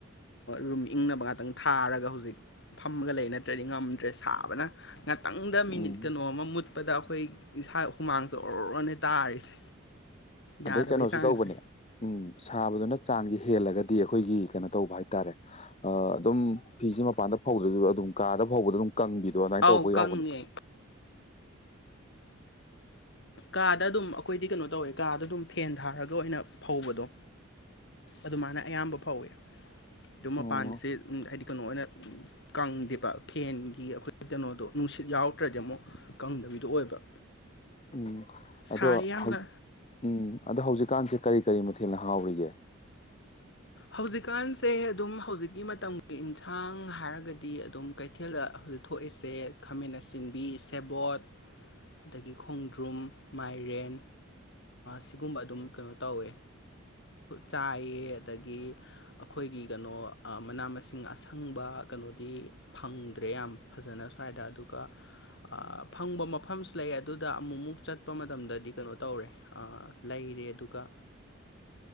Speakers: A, on the left; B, on the left.
A: ꯔꯨꯝ ꯏꯪꯅꯕ ꯉꯥꯛꯇꯪ ꯊꯥꯔꯒ ꯍꯧꯖꯤꯛ ꯐꯝꯃꯒ ꯂꯩ ꯅꯠꯇ꯭ꯔꯗꯤ ꯉꯝꯗ꯭ꯔꯦ ꯁꯥꯕꯅ ꯈꯤꯇꯪꯗ ꯃꯤꯅꯤꯠ
B: ꯎꯝ
A: ꯀꯩꯅꯣ ꯑꯃ ꯃꯨꯠꯄꯗ ꯑꯩꯈꯣꯏ ꯏꯁꯥ ꯍꯨꯃꯥꯡꯁꯦ ꯑꯣꯔꯔꯅꯦ ꯇꯥꯔꯤꯁꯦ ꯌꯥꯗꯕꯩ
B: ꯑꯗꯩ ꯀꯩꯅꯣꯁꯨ
A: ꯆꯥꯡꯁꯦ
B: ꯇꯧꯕꯅꯦ ꯎꯝ ꯁꯥꯕꯗꯨ ꯅ ꯍꯛ ꯆꯥꯡꯁꯦ ꯍꯦꯜꯂꯒꯗꯤ ꯑꯩꯈꯣꯏꯒꯤ ꯀꯩꯅꯣ ꯇꯧꯕ ꯍꯥꯏꯇꯥꯔꯦ ꯑꯗꯨꯝ ꯐꯤꯁꯦ ꯃꯄꯥꯟꯗ ꯐꯧꯗ꯭ꯔꯁꯨ ꯑꯗꯨꯝ ꯄꯨꯡꯀꯥꯗ ꯐꯥꯎꯕꯗ ꯑꯗꯨꯝ ꯀꯪꯕꯤꯗꯣ ꯑꯗꯨꯃꯥꯏꯅ
A: ꯑꯧ
B: ꯇꯧꯕ
A: ꯀꯪꯉꯦ
B: ꯌꯥꯎꯕꯅꯦ
A: ꯀꯥꯗ ꯑꯗꯨꯝ ꯑꯩꯈꯣꯏꯗꯤ ꯀꯩꯅꯣ ꯇꯧꯋꯦ ꯀꯥꯗ ꯑꯗꯨꯝ ꯐꯦꯟ ꯊꯥꯔꯒ ꯑꯣꯏꯅ ꯐꯧꯕꯗꯣ ꯑꯗꯨꯃꯥꯏꯅ ꯑꯌꯥꯝꯕ ꯐꯧꯋꯦ ꯑꯗꯨ ꯃꯄꯥꯟꯁꯦ
B: ꯑꯣ
A: ꯍꯥꯏꯗꯤ ꯀꯩꯅꯣ ꯑꯣꯏꯅ ꯀꯪꯗꯦꯕ ꯐꯦꯟꯒꯤ ꯑꯩꯈꯣꯏ ꯀꯩꯅꯣꯗꯣ ꯅꯨꯡꯁꯤꯠ ꯌꯥꯎꯔꯗ꯭ꯔꯗꯤ ꯑꯃꯨꯛ ꯀꯪꯗꯕ ꯑꯣꯏꯕꯤꯗꯣ ꯑꯣꯏꯕ
B: ꯎꯝ
A: ꯁꯥꯏ
B: ꯑꯗꯣ
A: ꯌꯥꯝꯅ
B: ꯍꯧꯖꯤꯛ ꯎꯝ ꯑꯗꯣ ꯍꯧꯖꯤꯛꯀꯥꯟꯁꯦ ꯀꯔꯤ ꯀꯔꯤ ꯃꯊꯦꯜꯅ ꯍꯥꯎꯔꯤꯒꯦ
A: ꯍꯧꯖꯤꯛꯀꯥꯟꯁꯦ ꯑꯗꯨꯝ ꯍꯧꯖꯤꯛꯀꯤ ꯃꯇꯝꯒꯤ ꯑꯦꯟꯁꯥꯡ ꯍꯥꯏꯔꯒꯗꯤ ꯑꯗꯨꯝ ꯀꯩꯊꯦꯜꯗ ꯍꯧꯖꯤꯛ ꯊꯣꯛꯏꯁꯦ ꯈꯥꯃꯦꯟ ꯑꯁꯤꯟꯕꯤ ꯁꯦꯕꯣꯠ ꯑꯗꯒꯤ ꯈꯣꯡꯗ꯭ꯔꯨꯝ ꯃꯥꯏꯔꯦꯟ ꯁꯤꯒꯨꯝꯕ ꯑꯗꯨꯝ ꯀꯩꯅꯣ ꯇꯧꯋꯦ ꯆꯥꯏꯑ ꯑꯗꯒꯤ ꯑꯩꯈꯣꯏꯒꯤ ꯀꯩꯅꯣ ꯃꯅꯥ ꯃꯁꯤꯡ ꯑꯁꯪꯕ ꯀꯩꯅꯣꯗꯤ ꯐꯪꯗ꯭ꯔꯦ ꯌꯥꯝ ꯐꯖꯅ ꯁ꯭ꯋꯥꯏꯗ ꯑꯗꯨꯒ ꯐꯪꯕ ꯃꯐꯝꯁꯨ ꯂꯩ ꯑꯗꯨꯗ ꯑꯃꯨꯛꯃꯨꯛ ꯆꯠꯄ ꯃꯇꯝꯗꯗꯤ ꯀꯩꯅꯣ ꯇꯧꯔꯦ ꯂꯩ ꯄꯤꯔꯦ ꯑꯗꯨꯒ